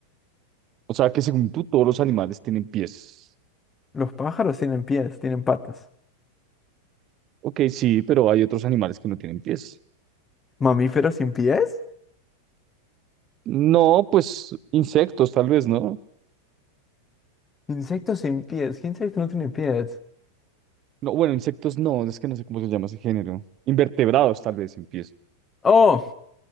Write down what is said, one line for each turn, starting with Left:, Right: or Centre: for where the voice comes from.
Right: O sea que según tú, todos los animales tienen pies.
Left: Los pájaros tienen pies, tienen patas.
Right: Ok, sí, pero hay otros animales que no tienen pies.
Left: ¿Mamíferos sin pies?
Right: No, pues insectos tal vez, ¿no?
Left: Insectos sin pies. ¿Qué insecto no tiene pies?
Right: No, bueno, insectos no, es que no sé cómo se llama ese género. Invertebrados tal vez sin pies.
Left: Oh,